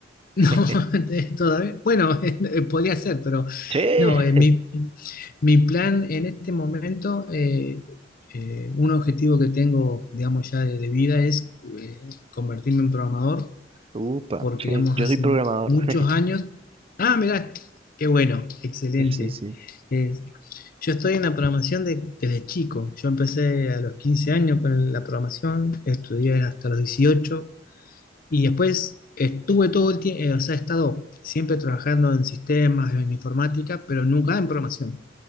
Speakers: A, on the left (about 50°); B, on the right (about 30°).
A: No,
B: <laughs>
A: <laughs> de- todavía. Bueno, <laughs> eh, podría ser, pero
B: sí
A: no,
B: <laughs>
A: eh, mi, mi plan en este momento, eh, eh, un objetivo que tengo, digamos, ya de, de vida es eh, convertirme en programador,
B: upa,
A: porque,
B: sí
A: digamos,
B: yo
A: hace
B: soy programador.
A: muchos
B: <laughs>
A: años. Ah, mirá, qué bueno, excelente.
B: Sí, sí.
A: Eh, yo estoy en la programación de- desde chico. Yo empecé a los 15 años con la programación, estudié hasta los 18 y después estuve todo el tiempo, o sea, he estado siempre trabajando en sistemas, en informática, pero nunca en programación.